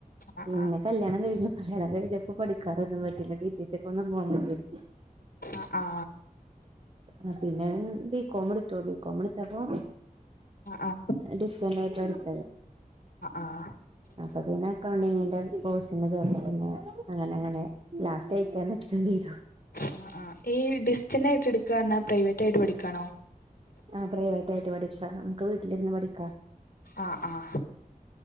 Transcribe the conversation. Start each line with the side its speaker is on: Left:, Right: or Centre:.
Left: ആഹ്
Right: പിന്നെ
Left: ആഹ്
Right: കല്യാണം കഴിഞ്ഞു കല്ല്യാണം കഴിഞ്ഞപ്പ പഠിക്കാനൊന്നും പറ്റില്ല ടി ടി സി ക്കൊന്നും പോകാൻ പറ്റിയില്ല
Left: ആ ആ
Right: ആഹ് പിന്നെ ബി കോം എടുത്തു ബി കോം എടുത്തപ്പോ
Left: ആഹ്
Right: ഡിസ്റ്റൻറ് ആയിട്ടാ എടുത്തെ
Left: ആഹ്
Right: അപ്പൊ പിന്നെ അക്കൗണ്ടിങ്ങിന്റെ കോഴ്സിന് ചേർത്ത് പിന്നെ അങ്ങനെ അങ്ങനെ ലാസ്റ്റ് അയിക്കാൻ നേരത്തും ചെയ്തു
Left: ആ ആ ഈ ഡിസ്റ്റൻറ് ആയിട്ട് എടുക്കാന് പ്രൈവറ്റ് ആയിട്ട് പഠിക്കാണോ
Right: ആ പ്രൈവറ്റ് ആയിട്ട് പഠിക്ക നമുക്ക് വീട്ടിലിരുന്ന് പഠിക്കാം
Left: ആഹ് ആഹ്